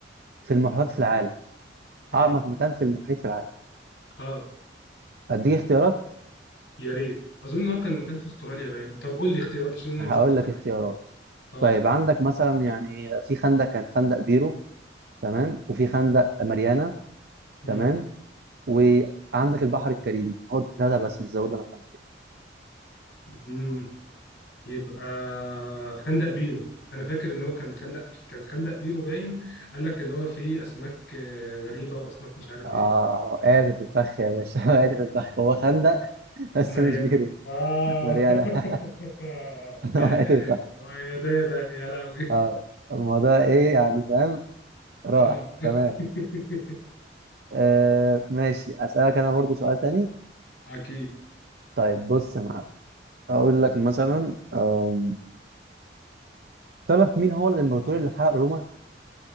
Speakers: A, on the right; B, on the left.
A: في المحيطات في العالم
B: مم.
A: اعمق مكان في المحيط في العالم
B: اه
A: اديك اختيارات
B: يا ريت اظن ان هو كان مكان في استراليا باين طب قول لي اختيارات عشان انا
A: هقول
B: مش متذكر
A: لك اختيارات
B: اه
A: طيب عندك مثلا يعني في خندق كان خندق بيرو تمام وفي خندق ماريانا
B: مم.
A: تمام وعندك البحر الكاريبي خد ثلاثة بس مش زودنا مكان كده
B: مم. يبقى خندق بيرو انا فاكر ان هو كان خندق كان خندق بيرو باين قال لك اللي هو فيه اسماك آه، غريبة واسماك مش عارف
A: اه
B: ايه.
A: قاعد في الفخ يا باشا <laughs> قاعد في الفخ هو خندق <laughs> بس
B: مريانة
A: مش بيرو
B: آه
A: ماريانا <laughs>
B: <laughs>
A: هو قاعد في الفخ
B: يا ده يا ده يا لهوي
A: اه الموضوع ايه يعني فاهم راح
B: آه <laughs>
A: تمام آه ماشي اسألك انا برضو سؤال تاني
B: أكيد
A: طيب بص يا معلم اقول لك مثلا آم، تعرف مين هو الامبراطور اللي حرق روما